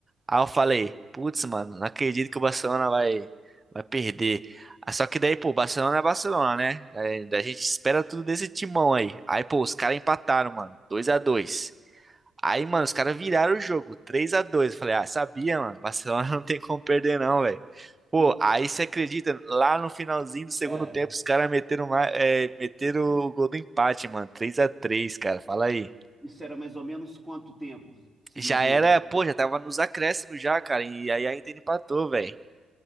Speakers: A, on the right; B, in the centre.
A: Aí eu falei, putz, mano, não acredito que o Barcelona vai, vai perder. Ah, Só que daí, pô, o Barcelona é Barcelona, né? É, A gente espera tudo desse timão aí. Aí, pô, os caras empataram, mano. dois a dois. Aí, mano, os caras viraram o jogo, três a dois, Eu falei, ah, sabia, mano, Barcelona <laughs> não tem como perder não, velho. Pô,
B: e,
A: aí você acredita, lá no finalzinho do segundo
B: é,
A: tempo, os caras meteram, ma- é, meteram o gol do empate, mano, três a três cara, fala aí.
B: isso era mais ou menos quanto tempo? Segundo
A: Já
B: tempo.
A: era, pô, já tava nos acréscimos já, cara, e aí a Inter empatou, velho.